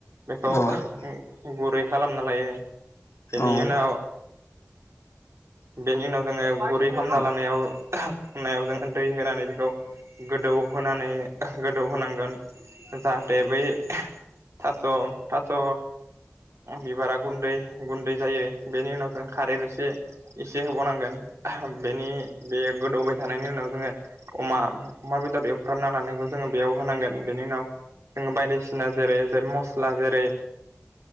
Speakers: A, on the right (about 85°); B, on the left (about 85°).
A: बेखौ
B: औ
A: गुरै खालामना लायो बेनि
B: औ
A: उनाव बेनि उनाव जोङो गुरै हामना
B: साम' नांगौ
A: लानायाव खामनायाव जोङो दै होनानै बेखौ गोदौ होनानै गोदौ होनांगोन‌ जाहाथे बै थास' थास' बिबारा गुन्दै गुन्दै जायो बेनि उनाव जों खारै एसे एसे होबावनांगोन बेनि बे गोदौबाय थानायनि उनाव जोङो अमा अमा बेदर एवफ्रामना लानायखौ जोङो बेयाव होनांगोन बेनि उनाव जोङो बायदिसिना जेरै जेथ मस्ला जेरै